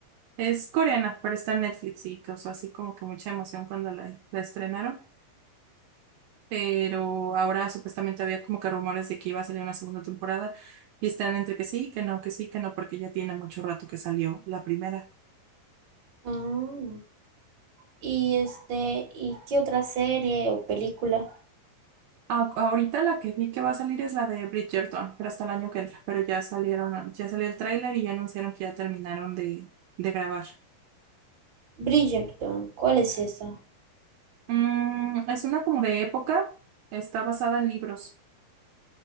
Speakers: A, on the right; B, on the right.
A: Es coreana, pero está en Netflix y causó así como que mucha emoción cuando la la estrenaron. pero ahora supuestamente había como que rumores de que iba a salir una segunda temporada y están entre que sí, que no, que sí, que no, porque ya tiene mucho rato que salió la primera.
B: Ah, y este, ¿y qué otra serie o película?
A: Ah, ahorita la que vi que va a salir es la de Bridgerton, pero hasta el año que entra, pero ya salieron, ya salió el tráiler y ya anunciaron que ya terminaron de, de grabar.
B: Bridgerton, ¿cuál es esa?
A: Mm, es una como de época, está basada en libros.